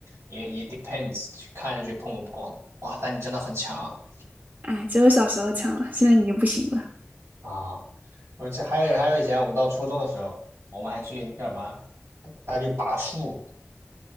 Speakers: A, on the right (about 80°); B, on the right (about 40°).
A: 也也 depends 去看去碰不碰。哇，但你真的很强
B: 哎，只有小时候强了，现在已经不行了。
A: 啊！我这还有还有以前我们到初中的时候，我们还去干嘛？还去拔树，